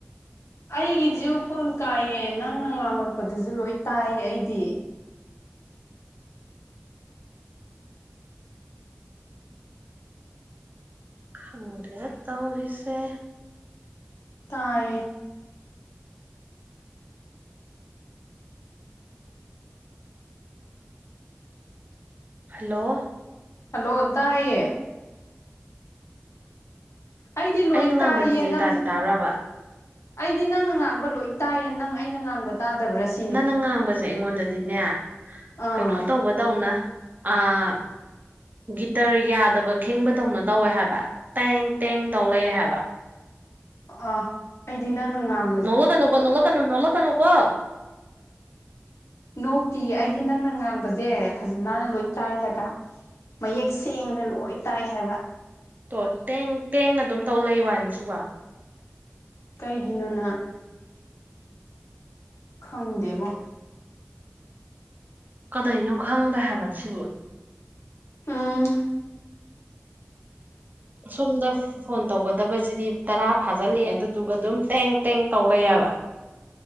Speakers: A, on the left; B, on the right.
A: ꯑꯩꯒꯤꯁꯤ ꯐꯨꯜ ꯀꯥꯏꯌꯦ ꯅꯪꯅ ꯉꯥꯡꯉꯛꯄꯗꯨꯁꯨ ꯂꯣꯏ ꯇꯥꯏꯌꯦ ꯑꯩꯗꯤ
B: ꯈꯪꯗ꯭ꯔꯦꯗ ꯇꯧꯔꯤꯁꯦ
A: ꯇꯥꯌꯦ
B: ꯍꯜꯂꯣ
A: ꯍꯜꯂꯣ ꯇꯥꯏꯌꯦ ꯑꯩꯗꯤ ꯂꯣꯏ
B: ꯑꯩꯅ ꯉꯥꯡꯕꯁꯤꯗꯤ
A: ꯇꯥꯏꯌꯦ ꯅꯪ
B: ꯇꯥꯗꯤ ꯇꯥꯕ꯭ꯔꯕ
A: ꯑꯩꯗꯤ ꯅꯪꯅ ꯉꯥꯡꯕ ꯂꯣꯏ ꯇꯥꯏꯌꯦ ꯅꯪ ꯑꯩꯅ ꯉꯥꯡꯕ ꯇꯥꯗꯕ꯭ꯔꯁꯤ
B: ꯅꯪꯅ ꯉꯥꯡꯕꯁꯦ ꯑꯩꯉꯣꯟꯗꯗꯤꯅꯦ
A: ꯑꯥ
B: ꯀꯩꯅꯣ ꯇꯧꯕꯇꯧꯅ ꯑꯥ ꯒꯤꯇꯔ ꯌꯥꯗꯕ ꯈꯤꯡꯕꯗꯧꯅ ꯇꯧꯋꯦ ꯍꯥꯏꯕ ꯇꯦꯡ ꯇꯦꯡ ꯇꯧ ꯂꯩꯔꯦ ꯍꯥꯏꯕ
A: ꯑꯣ ꯑꯩꯗꯤ ꯅꯪꯅ ꯉꯥꯡ
B: ꯅꯣꯛꯂꯛꯀꯅꯨꯀꯣ ꯅꯣꯛꯂꯛꯀꯅꯨ ꯅꯣꯛꯂꯛꯀꯅꯨ ꯀꯣ
A: ꯅꯣꯛꯇꯤꯌꯦ ꯑꯩꯗꯤ ꯅꯪꯅ ꯉꯥꯡꯕꯁꯦ ꯐꯖꯅꯥꯅ ꯂꯣꯏ ꯇꯥꯏ ꯍꯥꯏꯕ ꯃꯌꯦꯛ ꯁꯦꯡꯅ ꯂꯣꯏ ꯇꯥꯏ ꯍꯥꯏꯕ
B: ꯇꯣ ꯇꯦꯡ ꯇꯦꯡ ꯑꯗꯨꯝ ꯇꯧ ꯂꯩ ꯋꯥꯅꯤ ꯁꯤꯕꯣ
A: ꯀꯩꯒꯤꯅꯣꯅ ꯈꯪꯗꯦꯕꯣ
B: ꯀꯗꯩꯅꯣ ꯈꯪꯗꯦ ꯍꯥꯏꯕ ꯁꯤꯕꯨ
A: ꯎꯝ
B: ꯁꯣꯝꯗ ꯐꯣꯟ ꯇꯧꯒꯗꯕꯁꯤꯗꯤ ꯇꯔꯥ ꯐꯥꯖꯤꯜꯂꯛꯑꯦ ꯑꯗꯨꯗꯨꯒ ꯑꯗꯨꯝ ꯇꯦꯡ ꯇꯦꯡ ꯇꯧ ꯂꯩꯑꯕ